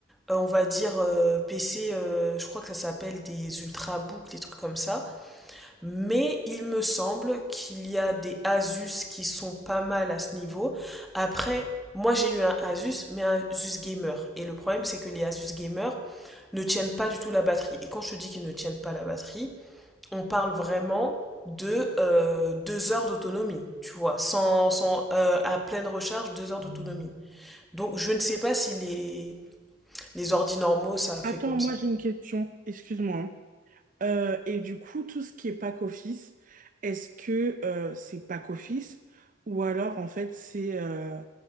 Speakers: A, in the centre; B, on the right.
A: euh, on va dire euh, PC, euh, je crois que ça s'appelle des ultrabooks, des trucs comme ça. Mais il me semble qu'il y a des Asus qui sont pas mal à ce niveau. Après, moi j'ai eu un Asus, mais un Asus Gamer. Et le problème, c'est que les Asus Gamer ne tiennent pas du tout la batterie. Et quand je te dis qu'ils ne tiennent pas la batterie, on parle vraiment de euh, deux heures d'autonomie, tu vois, sans, sans euh, à pleine recharge, deux heures d'autonomie. Donc je ne sais pas si les, les ordi normaux, ça fait
B: Attends,
A: comme
B: moi
A: ça.
B: j'ai une question, excuse-moi. hein. Euh, et du coup, tout ce qui est pack office, est-ce que euh, c'est pack office ou alors en fait c'est euh,